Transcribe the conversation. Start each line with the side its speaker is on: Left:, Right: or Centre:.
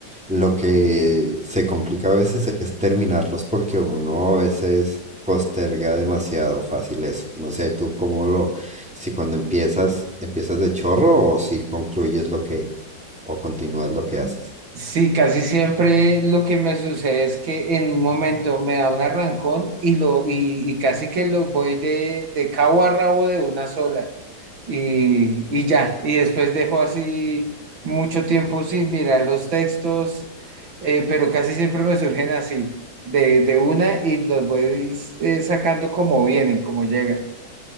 Centre: Lo que se complica a veces es terminarlos porque uno a veces posterga demasiado fácil eso. No sé, tú cómo lo, si cuando empiezas, empiezas de chorro o si concluyes lo que, o continúas lo que haces.
Right: Sí, casi siempre lo que me sucede es que en un momento me da un arrancón y lo y, y casi que lo voy de, de cabo a rabo de una sola y, y ya, y después dejo así mucho tiempo sin mirar los textos, eh, pero casi siempre me surgen así, de, de una y los voy eh, sacando como vienen, como llegan.